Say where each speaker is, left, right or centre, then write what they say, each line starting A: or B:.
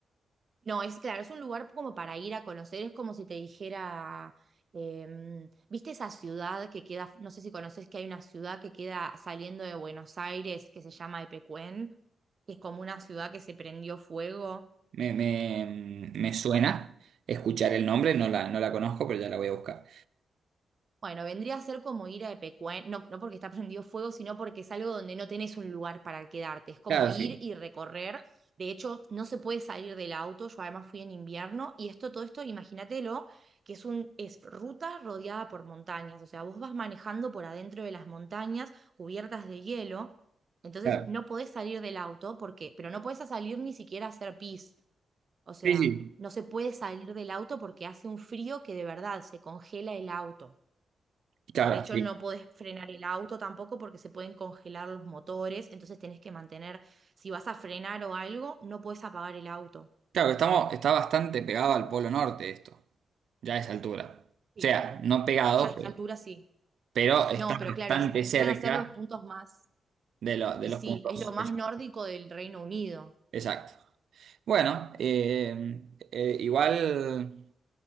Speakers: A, on the right (about 50°); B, on the right (about 75°).
A: No, es claro, es un lugar como para ir a conocer, es como si te dijera, em, ¿viste esa ciudad que queda, no sé si conoces que hay una ciudad que queda saliendo de Buenos Aires que se llama Epecuén, que es como una ciudad que se prendió fuego?
B: Me, me, me suena escuchar el nombre, no la, no la conozco, pero ya la voy a buscar.
A: Bueno, vendría a ser como ir a Epecuén, no, no porque está prendido fuego, sino porque es algo donde no tenés un lugar para quedarte. Es como
B: Claro,
A: ir
B: sí,
A: y recorrer. De hecho, no se puede salir del auto. Yo además fui en invierno y esto, todo esto, imagínatelo, que es un, es ruta rodeada por montañas. O sea, vos vas manejando por adentro de las montañas cubiertas de hielo. Entonces,
B: claro.
A: no podés salir del auto porque, pero no podés salir ni siquiera a hacer pis. O sea,
B: Sí, sí.
A: no se puede salir del auto porque hace un frío que de verdad se congela el auto.
B: Claro,
A: De hecho,
B: sí.
A: no podés frenar el auto tampoco porque se pueden congelar los motores, entonces tenés que mantener, si vas a frenar o algo, no podés apagar el auto.
B: Claro, estamos, está bastante pegado al Polo Norte esto, ya a esa altura.
A: Sí.
B: O sea, no pegado,
A: Ya a esta
B: pero,
A: altura sí.
B: pero está
A: No, pero
B: bastante
A: claro, es- vendrían
B: cerca
A: a ser los puntos más,
B: de, lo- de
A: y
B: los
A: sí,
B: puntos.
A: es lo más
B: es-
A: nórdico del Reino Unido.
B: Exacto. Bueno, eh, eh, igual